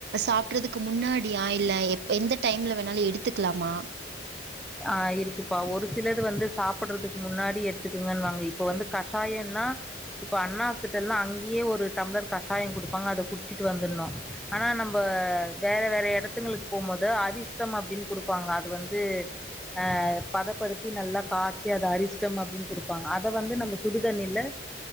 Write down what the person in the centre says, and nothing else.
ஆ இருக்குப்பா ஒரு சிலது வந்து சாப்பிடறதுக்கு முன்னாடி எடுத்துக்குங்கன்னுவாங்க இப்ப வந்து கஷாயம் னா இப்ப அண்ணா ஹாஸ்பிட்டல்லா அங்கேயே ஒரு டம்ளர் கஷாயம் குடுப்பாங்க அத குடிச்சிட்டு வந்துருனு ஆனா நம்ப ஆ வேற வேற எடத்துங்களுக்கு போம்மோது அதிர்ஷ்டம் அப்படின் குடுப்பாங்க அது வந்து ஆ பதப்படுத்தி நல்லா காச்சி அத அரிஷ்டம் அப்படின் குடுப்பாங்க அத வந்து நம்ப சுடுதண்ணில